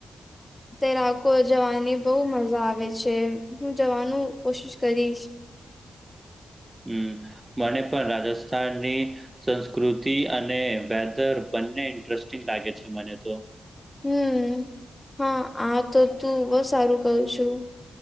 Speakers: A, on the left; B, on the right.
A: તૈરાકો જવાની બહુ મજા આવે છે હું જવાનું કોશિશ કરીશ
B: હમ મને પણ રાજસ્થાનની સંસ્કૃતિ અને વેધર બંને ઇન્ટરેસ્ટિંગ લાગે છે મને તો
A: હમ હા આ તો તું બહ સારું કઉ છું